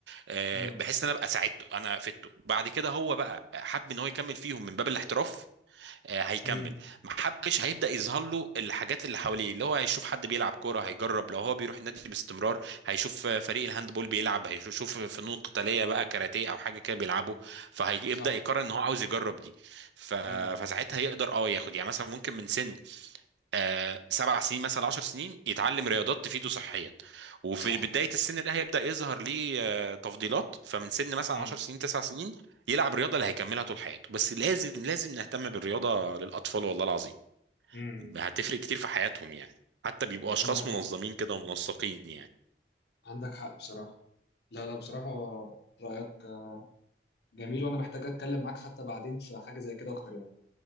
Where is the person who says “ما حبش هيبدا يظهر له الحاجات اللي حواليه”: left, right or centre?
Right